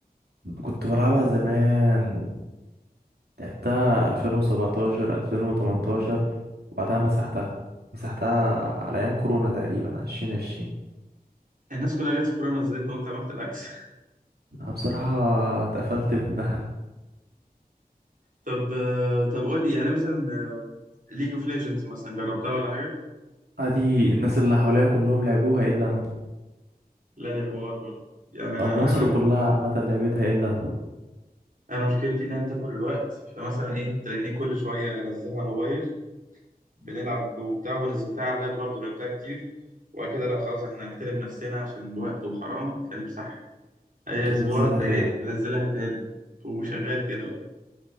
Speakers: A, on the right; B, on the right.
A: كنت بلعبها زمان لعبتها 2017 2018 وبعدها مسحتها مسحتها على أيام كورونا تقريبا 2020
B: الناس كلها جت في كورونا نزلتها وانت عملت العكس <laughs>
A: أنا بصراحة اتقفلت منها
B: طب آه، طب قول لي يعني مثلا ليج اوف ليجندز مثلا جربتها ولا حاجه
A: ادي الناس اللي حواليا كلهم لعبوها الا انا
B: لا دي حوار برضه يعني انا
A: او مصر
B: انا
A: كلها عامة لعبتها الا انا
B: انا مشكلتي انها بتاكل الوقت فمثلا ايه تلاقيني كل شويه انزلها على الموبايل بنلعب وبتاع ونزلتها على اللاب برضه لعبتها كتير وبعد كده لا خلاص احنا هنحترم نفسنا عشان الوقت وحرام فنمسحها اي
A: وتنزلها
B: اسبوع تلاقي
A: تاني
B: بنزلها تاني وشغال كده